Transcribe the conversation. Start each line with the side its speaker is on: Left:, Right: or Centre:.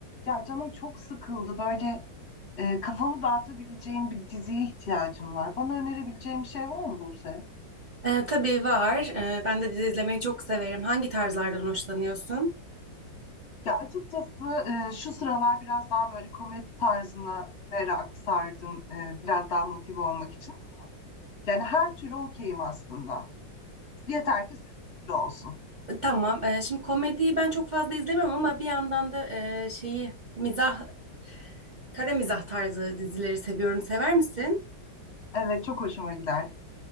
Left: Ya canım çok sıkıldı. Böyle e, kafamı dağıtabileceğim bir diziye ihtiyacım var. Bana önerebileceğim bir şey var mı Buse?
Right: Ee, tabii var. Ee, ben de dizi izlemeyi çok severim. Hangi tarzlardan hoşlanıyorsun?
Left: Ya açıkçası e, şu sıralar biraz daha böyle komedi tarzına merak sardım. e, biraz daha motive olmak için. Yani her türü okeyim aslında. Yeter ki sürükleyici olsun.
Right: Ee, tamam. Ee, şimdi komediyi ben çok fazla izlemiyorum ama bir yandan da e, şeyi mizah, kara mizah tarzı dizileri seviyorum. Sever misin?
Left: Evet çok hoşuma gider.